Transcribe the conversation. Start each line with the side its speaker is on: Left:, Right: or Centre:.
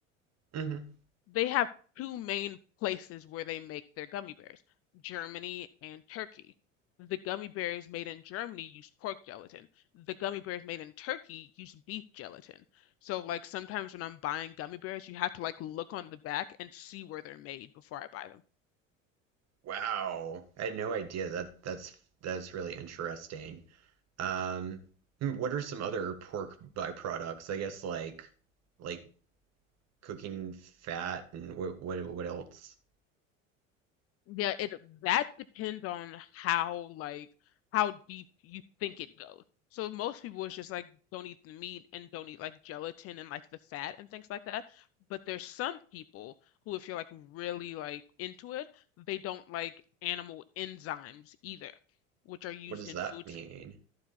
Right: mhm.
Left: they have two main places where they make their gummy bears Germany and Turkey the gummy bears made in Germany use pork gelatin the gummy bears made in Turkey use beef gelatin so like sometimes when I'm buying gummy bears, you have to like look on the back and see where they're made before I buy them.
Right: Wow. I had no idea that that's that's really interesting. Um, hmm, what are some other pork byproducts? I guess like like cooking fat and what what what else?
Left: Yeah, it that depends on how like how deep you think it goes. So most people is just like don't eat the meat and don't eat like gelatin and like the fat and things like that. But there's some people who, if you're like really like into it, they don't like animal enzymes either, which are used
Right: What does
Left: in
Right: that
Left: foods.
Right: mean?